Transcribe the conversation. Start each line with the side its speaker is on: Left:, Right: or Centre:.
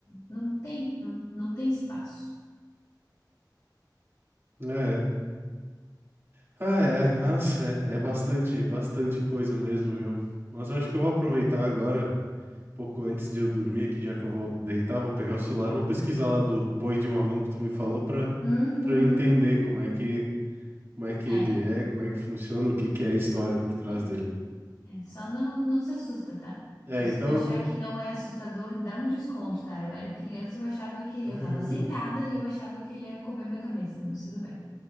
Left: não tem, não, não tem espaço.
Right: É. Ah, é. Nossa, é, é bastante, bastante coisa mesmo, viu? Mas eu acho que eu vou aproveitar agora, um pouco antes de eu dormir aqui, já que eu vou deitar, vou pegar o celular, vou pesquisar lá do boi de mamão que tu me falou pra,
Left: Uhum.
Right: pra eu entender como é que, como é que
Left: É,
Right: ele é, como é que funciona, o que que é a história por trás
Left: é,
Right: dele.
Left: é. Só não, não se assusta, tá?
Right: É,
Left: Se
Right: então.
Left: tu achar que não é assustador, dá um desconto, tá? Eu era criança e eu achava que...
Right: <laughs>
Left: Eu tava sentada e eu achava que ele ia comer minha cabeça, mas tudo bem.